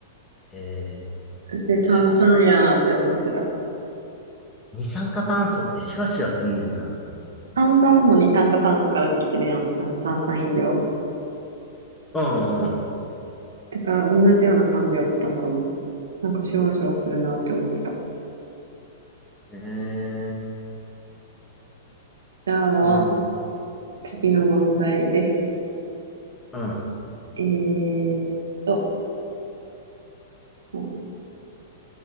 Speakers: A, on the left; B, on the right.
A: えー、
B: で、炭酸やーって思ってた。
A: シュワシュワ。二酸化炭素ってシュワシュワすんねんな。
B: 炭酸も二酸化炭素からできてるやん。あの炭酸飲料。
A: うん、う
B: だから同じような感じやったんかな。なんかシュワシュワするなーって思ってた。
A: ん。えー、
B: じゃあ、
A: そう。
B: 次の問題です。
A: うん、
B: えーっと、そうだね